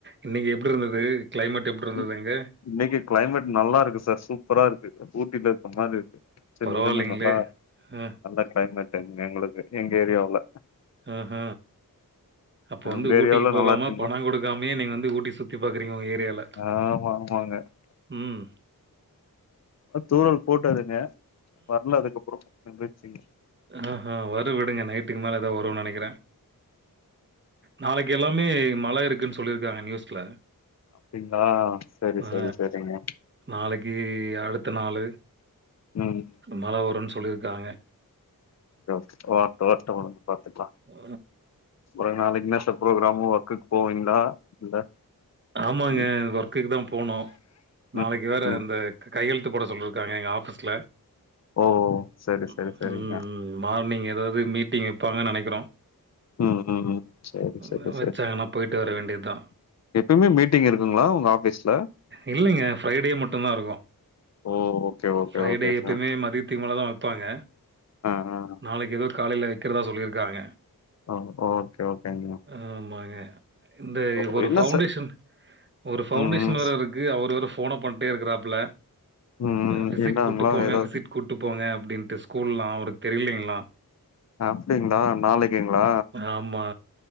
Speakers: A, on the right; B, on the left.
A: இன்னைக்கி எப்டி இருந்தது கிளைமேட் எப்டி இருந்தது
B: ம்.
A: அங்கே
B: இன்னைக்கு கிளைமேட் நல்லா இருக்கு சார் சூப்பரா இருக்கு ஊட்டில இருக்க மாரி இருக்கு சில்லுன்னு
A: பரவாயில்லைங்களே!
B: நல்லா
A: அ,
B: நல்ல கிளைமேட் இங்க எங்களுக்கு எங்க ஏரியாவுல
A: ஹ ஹ அப்ப வந்து
B: உங்க
A: ஊட்டிக்கு
B: ஏரியாவுல
A: போகாம
B: நல்லா இருக்குங்களா
A: பணோ கொடுக்காமயே நீங்க வந்து ஊட்டி சுத் தி பாக்குறீங்க உங்க ஏரியால
B: ஆமா ஆமாங்க
A: ம்
B: தூரல் போட்டாறுங்க வர்ல அதுக்கப்புறோ நின்டுச்சு
A: ஆ ஆ வரு விடுங்க நைட்டுக்கு மேலே தா வரு நெனைக்கிறே நாளைக்கு எல்லாமே மழ இருக்குன்னு சொல்லியிருக்காங்க நியூஸ்ல
B: அப்டிங்களா சரி
A: ஆ
B: சரி சரிங்க
A: நாளைக்கு அடுத்த நாளு
B: ம்
A: மழ வருனு சொல்லியிருக்காங்க
B: ம் வர்ட்டு வர்ட்டும் பாத்துக்கலா
A: ஆ
B: ஒரு நாளைக்குன்னா ஸ்டெப் புரோக்ராமு ஒர்க்குக்கு போவீங்களா இல்ல
A: ஆமாங்க
B: ம்
A: ஒர்க்குக்கு தா போணு நாளக்கி
B: ம்
A: வேற
B: ம்
A: இந்த கையெழுத்து போட சொல்லிருக்காங்க எங்க ஆஃபீஸ்ல
B: ஓ சரி
A: ம்
B: சரி சரிங்க
A: ம் மார்னிங் ஏதாவது மீட்டிங் வெப்பாங்கன்னு நெனக்கிறோ
B: ம் ம் ம் சரி சரி
A: வே வெச்சாங்கன்னா போய்ட்டு வர வேண்டியதுதா
B: எப்பமே மீட்டிங் இருக்குங்களா உங்க ஆஃபீஸ்ல
A: இல்லைங்க ஃப்ரைடே மட்டு தாயிருக்கு
B: ஓ okay okay
A: Friday
B: okay
A: எப்பமே
B: sir
A: மதித்துக்கு மேலதா வெப்பாங்க
B: ஆ ஆ
A: நாளைக்கி ஏதோ காலைல வெக்கிறதா சொல்லிருக்காங்க
B: ஓ ஓகே ஓகேங்க
A: ஆம்மாங்க இந்தே
B: ஓ
A: ஒரு
B: என்ன
A: ஃபெளண்டேஷன்
B: சார்
A: ஒரு ஃபெளண்டேஷன்
B: ம்
A: வேற இருக்கு அவரு வேற போன பண்ட்டே இருக்றாப்ல
B: ம்
A: அ
B: ம்
A: விசிட்
B: என்னாங்களா
A: கூட்டு போங்க
B: ஏதாவது
A: விசிட் கூட்டு போங்க அப்டின்ட்டு ஸ்கூல்லா அவருக்கு தெரிலைங்களா
B: அப்டிங்களா நாளைக்குங்களா
A: ஆமா.